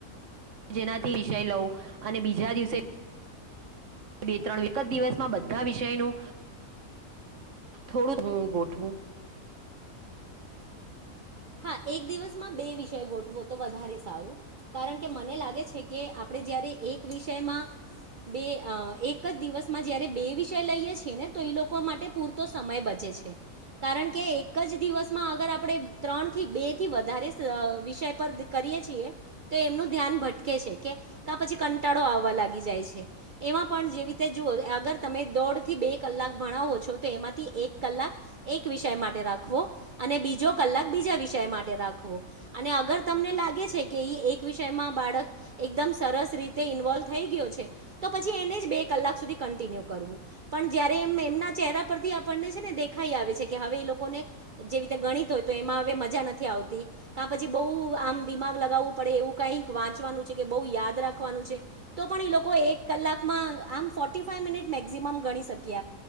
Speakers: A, on the right (about 60°); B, on the right (about 75°).
A: જેનાથી વિષય લઉં અને બીજા દિવસે બે ત્રણ એક જ દિવસમાં બધા વિષયનું થોડું જ હું ગોઠવું
B: હા એક દિવસમાં બે વિષય ગોઠવો તો વધારે સારું કારણ કે મને લાગે છે કે આપણે જયારે એક વિષયમાં બે એક જ દિવસમાં જયારે બે વિષય લઈએ છીએ ને તો એ લોકો માટે પૂરતો સમય બચે કારણ કે એક જ દિવસમાં અગર આપણેે ત્રણથી બે થી વધારે વિષય પર કરીએ છીએ તો એમનું ધ્યાન ભટકે છે કે પછી કંટાળો આવવા લાગી જાય છે એમાં પણ જેવી રીતે જુઓ આગર તમે દોઢ થી બે કલાક ભણાવો છો તો એમાંથી એક કલાક એક વિષય માટે રાખવો અને બીજો કલાક બીજા વિષય માટે રાખવો અને અગર તમને લાગે છે કે એક વિષયમાં બાળક એકદમ સરસ રીતે ઇન્વોલ્વ થઈ ગયો છે તો પછી એને જ બે કલાક સુધી કન્ટિન્યુ કરવું પણ પણ જયારે એમ એમના ચહેરા પરથી આપણને છે ને દેખાઈ આવે છે કે હવે એ લોકોને જેવી રીતે ગણિત હોય તો એમાં હવે મજા નથી આવતી ક પછી બહુ આમ દિમાગ લગાવવું પડે એવું કઈક વાંચવાનું છે કે બ યાદ રાખવાનું છે તો પણ એ લોકો એક કલાકમાં આમ ફોર્ ફાઈવ મિનિટ મેક્સિમ ગણી